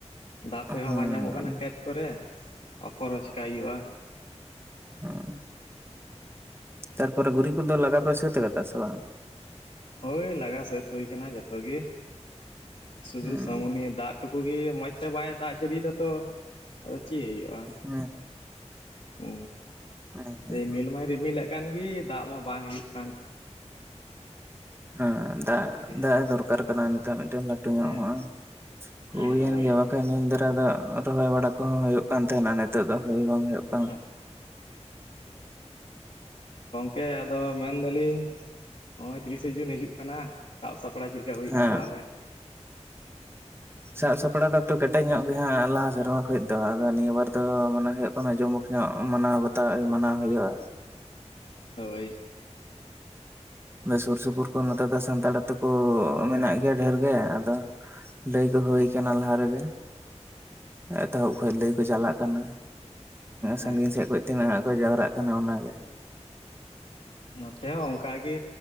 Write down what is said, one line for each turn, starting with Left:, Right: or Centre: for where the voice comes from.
Left: ᱫᱟᱜ ᱠᱚ
Right: ᱦᱮᱸ
Left: ᱦᱚᱸ ᱵᱟᱝ ᱧᱟᱢᱚᱜ ᱠᱟᱱᱟ ᱠᱷᱮᱛ ᱠᱚᱨᱮ ᱚᱯᱷᱚᱨ ᱦᱚᱸ ᱪᱤᱠᱟᱭ ᱦᱩᱭᱩᱜᱼᱟ
Right: ᱦᱚᱸ ᱛᱟᱨᱯᱚᱨᱮ ᱜᱩᱨᱤᱡ ᱠᱚᱫᱚ ᱞᱟᱜᱟ ᱯᱮ ᱥᱟᱹᱛ ᱠᱟᱫᱟ ᱥᱮ ᱵᱟᱝ
Left: ᱦᱳᱭ ᱞᱟᱜᱟ ᱥᱟᱹᱛ ᱦᱩᱭ ᱠᱟᱱᱟ ᱡᱚᱛᱚ ᱜᱮ ᱥᱩᱫᱩ
Right: ᱦᱮᱸ
Left: ᱥᱟᱢᱚᱱᱤ ᱫᱟᱜ ᱴᱩᱠᱩᱩᱜ ᱜᱮ ᱢᱚᱸᱡᱽᱛᱮ ᱵᱟᱭ ᱫᱟᱜ ᱡᱟᱹᱲᱤᱭ ᱫᱟ ᱛᱚ ᱟ ᱪᱮᱫ ᱦᱩᱭᱩᱜᱼᱟ
Right: ᱦᱮᱸ
Left: ᱚ
Right: ᱦᱮᱸ
Left: ᱨᱤᱢᱤᱞ ᱢᱟᱭ ᱨᱤᱢᱤᱞᱮᱫ ᱠᱟᱱ ᱜᱮ ᱫᱟᱜ ᱢᱟ ᱵᱟᱝ ᱦᱩᱭᱩᱜ ᱠᱟᱱ
Right: ᱦᱮᱸ
Left: ᱚᱱᱟᱜᱮ
Right: ᱫᱟᱜ ᱫᱚᱨᱠᱟᱨ ᱠᱟᱱᱟ ᱱᱤᱛᱚᱜ ᱞᱟᱹᱴᱩ ᱧᱚᱜᱼᱟ
Left: ᱦᱮᱸ
Right: ᱦᱩᱭ
Left: ᱦᱮᱸ ᱦᱳᱭ
Right: ᱮᱱ ᱜᱮ ᱵᱟᱝᱠᱷᱱ ᱱᱚᱝᱠᱟᱱ ᱫᱷᱟᱨᱟ ᱨᱚᱦᱚᱭ ᱵᱟᱲᱟ ᱠᱚᱦᱚᱸ ᱦᱩᱭᱩᱜ ᱠᱟᱱ ᱛᱟᱦᱮᱱᱟ ᱱᱤᱛᱚᱜ ᱫᱚ ᱦᱳᱭ ᱵᱟᱝ ᱦᱩᱭᱩᱜ ᱦᱩᱭᱩᱜ ᱠᱟᱱᱟ
Left: ᱦᱮᱸ ᱜᱚᱢᱠᱮ ᱟᱫᱚ ᱢᱮᱱᱫᱟᱞᱤᱧ ᱱᱚᱜᱼᱚᱭ ᱛᱤᱨᱤᱥᱮ ᱡᱩᱱ ᱦᱤᱡᱩᱜ ᱠᱟᱱᱟ ᱥᱟᱵ ᱥᱟᱵ ᱠᱚᱲᱟ ᱪᱮᱫ ᱞᱮᱠᱟ ᱦᱩᱭ
Right: ᱦᱮᱸ
Left: ᱟᱠᱟᱱᱟ ᱛᱟᱦᱞᱮ
Right: ᱥᱟᱵ ᱥᱟᱯᱲᱟᱣ ᱫᱚ ᱮᱠᱴᱩ ᱠᱮᱴᱮᱡ ᱧᱚᱜ ᱜᱮᱦᱟᱸᱜ ᱞᱟᱦᱟ ᱥᱮᱨᱢᱟ ᱠᱷᱚᱱ ᱫᱚ ᱟᱫᱚ ᱱᱤᱭᱟᱹᱵᱟᱨ ᱫᱚ ᱢᱮ ᱦᱩᱭᱩᱜ ᱠᱟᱱᱟ ᱡᱚᱢᱚᱠ ᱧᱚᱜ ᱢᱟᱱᱟᱣ ᱵᱟᱛᱟᱣ ᱢᱟᱱᱟᱣ ᱦᱩᱭᱩᱜᱼᱟ᱾
Left: ᱦᱳᱭ
Right: ᱥᱩᱨ ᱥᱩᱯᱩᱨ ᱠᱚ ᱱᱚᱛᱮ ᱫᱚ ᱥᱟᱱᱛᱟᱲ ᱛᱮ ᱠᱚ ᱢᱮᱱᱟᱜ ᱜᱮᱭᱟ ᱰᱷᱮᱨ ᱜᱮ ᱟᱫᱚ ᱞᱟᱹᱭ ᱠᱚ ᱦᱩᱭ ᱟᱠᱟᱱᱟ ᱞᱟᱦᱟ ᱨᱮᱜᱮ ᱮᱛᱚᱦᱚᱵ ᱠᱷᱚᱱ ᱞᱟᱹᱭ ᱠᱚ ᱪᱟᱞᱟᱜ ᱠᱟᱱᱟ᱾
Left: ᱦᱮᱸ
Right: ᱥᱟᱸᱜᱤᱧ ᱥᱮᱫ ᱠᱷᱚᱱ ᱛᱤᱱᱟᱹᱜ ᱦᱟᱜ ᱠᱚ ᱡᱟᱣᱨᱟᱜ ᱠᱟᱱᱟ ᱚᱱᱟᱜᱮ ᱾
Left: ᱱᱚᱛᱮ ᱦᱚᱸ ᱚᱱᱠᱟᱜᱮ